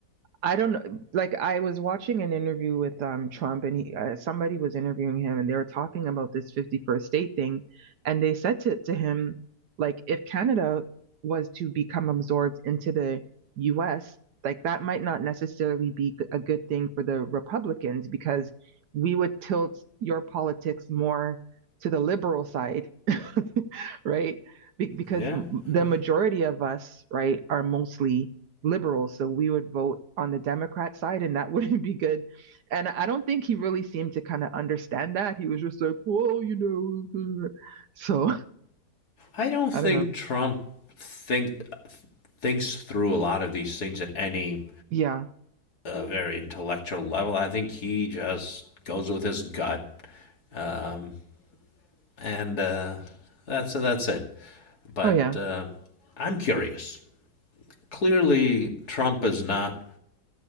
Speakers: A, on the right; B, on the left.
A: I don't know. Like I was watching an interview with um Trump, and he uh, somebody was interviewing him, and they were talking about this 51st state thing, and they said to to him, like, if Canada was to become absorbed into the U.S., like that might not necessarily be a good thing for the Republicans because we would tilt your politics more to the liberal side, <laughs> right? Be- because
B: Yeah.
A: the
B: yeah.
A: majority of us, right, are mostly Liberals, So we would vote on the Democrat side and that <laughs> wouldn't be good. And I don't think he really seemed to kind of understand that. He was just like, "Whoa, you know. uh," So
B: I don't think
A: I don't know.
B: Trump think thinks through a lot of these things at any
A: Yeah.
B: a very intellectual level. I think he just goes with his gut, um, and uh, that's that's it. But
A: Oh, yeah.
B: uh, I'm curious. Clearly, Trump is not